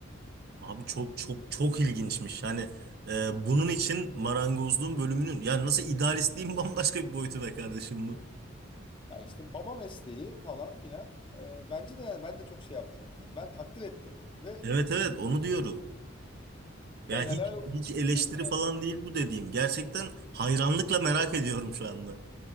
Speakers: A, on the right; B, on the left.
A: Abi çok çok çok ilginçmiş. Yani e, bunun için marangozluğun bölümünün yani nasıl idealistliğin <laughs> bambaşka bir boyutu be kardeşim bu.
B: Yani işte baba mesleği falan filan. e, bence de yani ben de çok şey yaptım. Hani ben takdir ettim ve
A: Evet evet onu diyorum. Ya
B: yani helal
A: hiç
B: olsun
A: hiç eleştiri
B: dedim yani.
A: falan değil bu dediğim. Gerçekten hayranlıkla merak ediyorum şu anda.